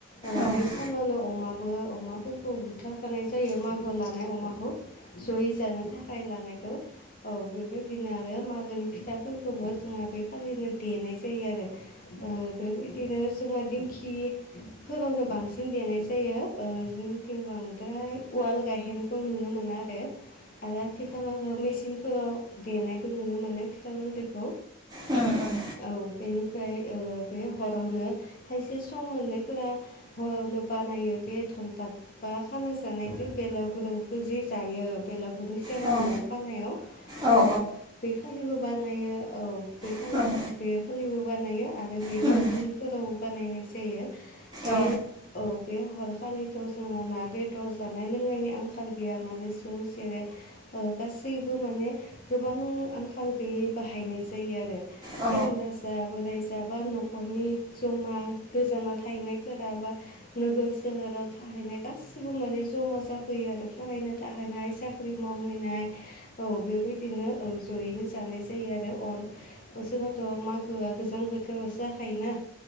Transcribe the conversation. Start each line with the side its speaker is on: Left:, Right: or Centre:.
Left: ओ
Right: उम
Left: बे सानावनो अमाबो अमाफोरखौ बुथाराखानाय जायो मागो लानाय अमाखौ जयै जानो थाखाय लानायखौ औ बेबायदिनो आरो मागोनि फिथाफोरखौबो जोंहा बेखालिनो देनाय जायो आरो। ओ‌ बेबायदिनो जोंहा दिंखि फोरावनो बांसिन देनाय जायो ओ जोंथिं बांद्राय उवाल गायहेनखौ नुनो मोना आरो। आरो आथिखालावथ' मेचिनफोराव देनायखौ नुनो मोनो फिथा गुन्दैखौ
Right: उम उम
Left: औ बेनि ओमफ्राय ओ बे हरावनो खायसे सं मोननायफोरा हरावनो बानायो बे बाद बा खाना जानायजों बेंलागुरयावबो जि जायो बेंलागुरनि सेराव
Right: औ
Left: न'आव खानायाव
Right: औ
Left: औ‌। बेखालिबो बानायो औ बेखालिथ'
Right: औ औ
Left: बे खालिबो बानायो आरो बेनि
Right: उम,
Left: उनफोरावबो बानायनाय जायो। बे
Right: औ
Left: औ बे हरखालिथ' जोंहा ना बेदर जानो जानाय लोंनायनि आंखाल गैया माने जौ सेरेब ओ गासैबो माने गोबां आंखाल गैयै बाहायनाय जायो आरो।
Right: औ
Left: सेंग्रा जा बोराय जा बा न'खर नखरनि जमा गोजानाव थाहैनायफोरा बा नोगोर सोहोराव थाहैनाय गासिबो माने ज'मा जाफैयो आरो फरायनो थाहैनाय साख्रि मावहैनाय औ बेबायदिनो औ। जयैनो जानाय जायो आरो अर जोंहाथ' मागोआ गोजां बोथोरावसो जाखायोना